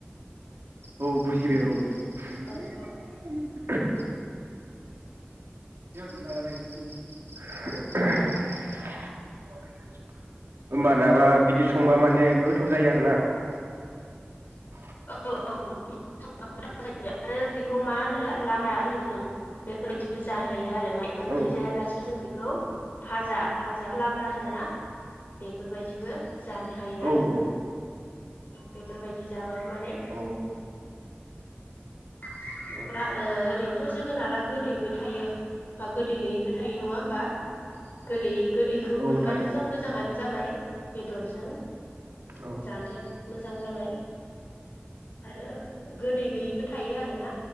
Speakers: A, on the right (about 75°); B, on the left (about 50°).
A: औ बुजिबाय औ <unintelligible>
B: हेल'
A: होनबा नाबा बिदि संबा माने गोथाव जायो आरो ना? <unintelligible>
B: औ औ <unintelligible> आरो खौ मा होनो <unintelligible> जों <unintelligible> <unintelligible> ओंख्रि
A: औ
B: जायालासिनो जों बिखौ फाजा भाजा लाब्रा होनोना बेफोरबायदिबो जानो हायो
A: औ
B: आरो जों।
A: औ
B: फोरबायदि जाब <unintelligible> माने
A: औ
B: <unintelligible>
A: औ
B: ओ ओरैनो थ' जोगोनारा गोदैबो थायो बा गोदै गैयैबो थायो नङा होमबा गोदै गोदैखौ
A: औ
B: मोनबाथ'
A: थायो
B: जों मोजाङानो जाबाय बेदरजों
A: औ
B: जानो मोजां जाबाय। आरो गोदै गैयिबो थायो आरोना।